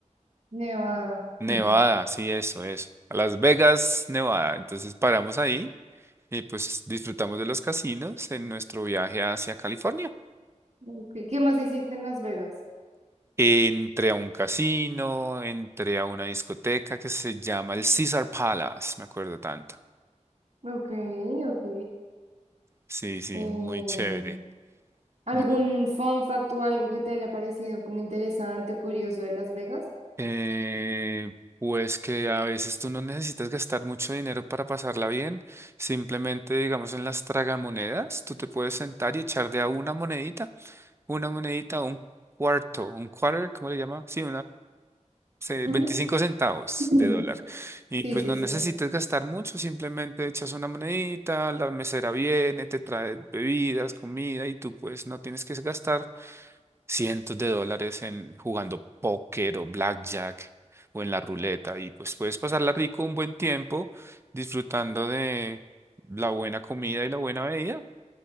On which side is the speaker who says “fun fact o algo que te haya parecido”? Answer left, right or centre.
Right